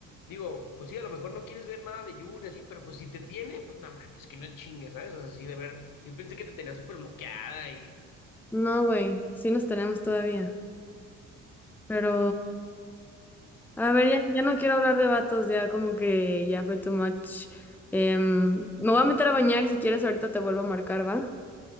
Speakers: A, on the left; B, in the centre.
A: Digo, pues sí, a lo mejor no quieres ver nada de Jun y así, pero pues si te tiene, pues no mames, que no chingues, ¿sabes? O sea, así de ver. Yo pensé que te tenía súper bloqueada y
B: No, güey, sí nos tenemos todavía. Pero, a ver, ya, ya no quiero hablar de vatos, ya como que ya fue too much. Em, me voy a meter a bañar y si quieres ahorita te vuelvo a marcar, ¿va?